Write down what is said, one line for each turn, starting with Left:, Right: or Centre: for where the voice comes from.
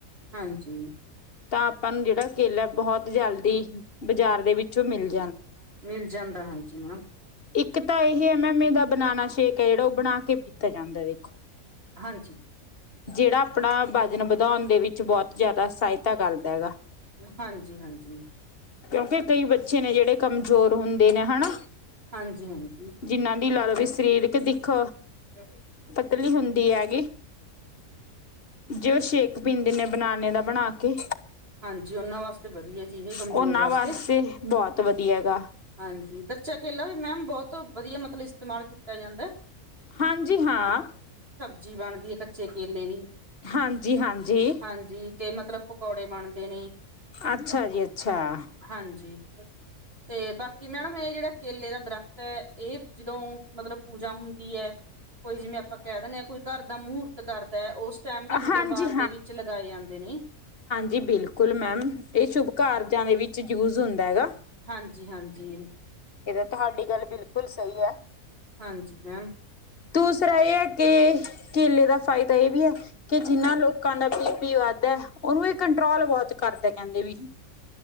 Right: ਹਾਂਜੀ।
Left: ਤਾਂ ਆਪਾਂ ਨੂੰ ਜਿਹੜਾ ਕੇਲਾ ਬਹੁਤ ਜਲਦੀ ਬਾਜ਼ਾਰ ਦੇ ਵਿੱਚੋਂ ਮਿਲਦਾ।
Right: ਮਿਲ ਜਾਂਦਾ ਹੈਂਜੀ ਮ
Left: ਇੱਕ ਤਾਂ ਇਹੀ ਹੈ ਮੈਂ ਮਮੀ ਦਾ ਬਨਾਣਾ ਸ਼ੇਕ ਜਿਹੜਾ ਉਹ ਬਣਾ ਕੇ, ਪੀਤਾ ਜਾਂਦਾ ਦੇਖੋ
Right: ਹਾਂਜੀ।
Left: ਜਿਹੜਾ ਆਪਣਾ ਬਜਨ ਵਧਾਉਣ ਦੇ ਵਿੱਚ, ਬਹੁਤ ਜ਼ਿਆਦਾ ਸਹਾਇਤਾ ਕਰਦਾ ਹੈਗਾ।
Right: ਹਾਂਜੀ ਹਾਂਜੀ
Left: ਕਿਉਂਕਿ, ਕਈ ਬੱਚੇ ਨੇ, ਜਿਹੜੇ ਕਮਜ਼ੋਰ ਹੁੰਦੇ ਨੇ ਹਨਾ
Right: ਹਾਂਜੀ -ਹਾਂਜੀ।
Left: ਜਿਨਾਂ ਦੀ ਲਾ ਲਓ ਵੀ ਸਰੀਰਕ ਦਿੱਖ
Right: ਅ
Left: ਕਲੀ ਹੁੰਦੀ ਹੈਗੀ, ਜੇ ਉਹ ਸ਼ੇਕ ਪੀਂਦੇ ਨੇ ਬਨਾਨੇ ਦਾ ਬਣਾ ਕੇ
Right: ਹਾਂਜੀ, ਉਹਨਾਂ ਵਾਸਤੇ ਵਧ ਜੀ ਕਮਜ਼ੋਰ
Left: ਉਹਨਾਂ
Right: ਵਾਸਤੇ,
Left: ਬਹੁਤ ਵਧੀਆ ਹੈਗਾ।
Right: ਹਾਂਜੀ ਬੱਚਾ ਕੇਲਾ ਵੀ ਮੈਮ ਬਹੁਤ ਸਭ ਤੋਂ, ਵਧੀਆ ਮਤਲਬ ਇਸਤੇਮਾਲ ਕੀਤਾ ਜਾਂਦੈ
Left: ਹਾਂਜੀ- ਹਾਂ।
Right: ਸਬਜ਼ੀ ਬਣਦੀ ਹੈ, ਕੱਚੇ ਕੇਲੇ ਦੀ।
Left: ਹਾਂਜੀ-ਹਾਂਜੀ।
Right: ਹਾਂਜੀ ਤੇ ਮਤਲਬ ਪਕੌੜੇ ਬਣਦੇ ਨੇ
Left: ਅੱਛਾ ਜੀ, ਅੱਛਾ‌।
Right: ਹਾਂਜੀ ਤੇ, ਬਾਕੀ ਮੈਡਮ ਇਹ ਜਿਹੜਾ ਕੇਲੇ ਦਾ ਦਰੱਖਤ ਹੈ, ਇਹ ਜਦੋਂ ਮਤਲਬ ਪੂਜਾ ਹੁੰਦੀ ਹੈ ਕੋਈ ਜਿਵੇਂ ਆਪਾਂ ਕਹਿ ਦਿੰਨੇ ਹਾਂ, ਕੋਈ ਘਰ ਦਾ ਮੁਹੂਰਤ ਕਰਦਾ ਹੈ, ਉਸ ਦਾ ਟਾਈਮ ਵੀ ਮਤਲਬ
Left: ਹਾਂਜੀ
Right: ਬਾਰ ਦੇ ਵਿੱਚ ਲਗਾਏ ਜਾਂਦੇ ਨੇ।
Left: ਜੀ ਬਿਲਕੁਲ ਮੈਮ, ਇਹ ਸ਼ੁਭ ਕਾਰਜਾਂ ਦੇ ਵਿੱਚ ਚ ਯੂਜ ਹੁੰਦਾ ਹੈਗਾ।
Right: ਹਾਂਜੀ-ਹਾਂਜੀ।
Left: ਇਹ ਤਾਂ, ਤੁਹਾਡੀ ਗੱਲ ਬਿਲਕੁਲ ਸਹੀ ਹੈ।
Right: ਹਾਂਜੀ ਮੈਮ
Left: ਦੂਸਰਾ ਇਹ ਏ ਕੇ ਕੇਲੇ ਦਾ ਫਾਇਦਾ ਇਹ ਵੀ ਐ ਕਿ ਜਿੰਨਾ ਲੋਕਾਂ ਦਾ ਬੀਪੀ ਵੱਧਦਾ, ਉਹਨੂੰ ਇਹ ਕੰਟਰੋਲ ਬਹੁਤ ਕਰਦਾ ਕਹਿੰਦੇ ਵੀ।